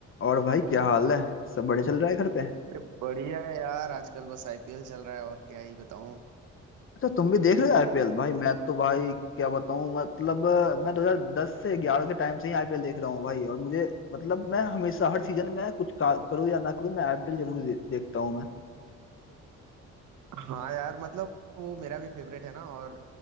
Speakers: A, on the left; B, on the right.
A: और भाई क्या हाल है सब बढ़िया चल रहा है घर पे
B: अरे बढ़िया है यार आजकल बस आईपीएल चल रहा है और क्या ही बताऊं
A: अच्छा तुम भी देख रहे हो आईपीएल भाई मैं तो भाई क्या बताऊं मतलब अ, मैं 2010 से 11 के टाइम से ही आईपीएल देख रहा हूँ भाई और मुझे मतलब मैं हमेशा हर सीजन में कुछ का- करूँ या ना करूँ मैं आईपीएल जरूर दे, देखता हूँ मैं
B: हाँ यार मतलब वो मेरा भी फेवरेट है ना और